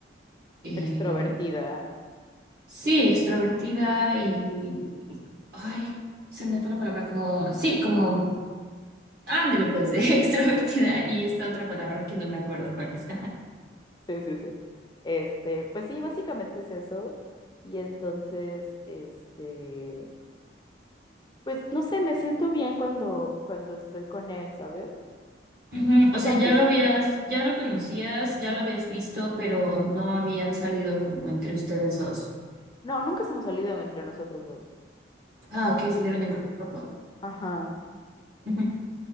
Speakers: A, on the right (about 55°); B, on the left (about 20°).
A: eh,
B: extrovertida,
A: sí, extrovertida y, ay, se me fue la palabra, como, sí, como, ándale pues, <laughs> extrovertida y esta otra palabra que no me acuerdo cuál es.
B: sí, sí, sí. Este, pues sí, básicamente es eso. Y entonces, este, pues no sé, me siento bien cuando, cuando estoy con él, ¿sabes?
A: Ujú, O
B: O
A: sea,
B: sea,
A: ya
B: antes
A: lo habías, ya lo conocías, ya lo habías visto, pero no habían salido como entre ustedes dos.
B: No, nunca hemos salido en- entre nosotros dos.
A: Ah, ok, salieron en grupo.
B: Ajá.
A: Ujú.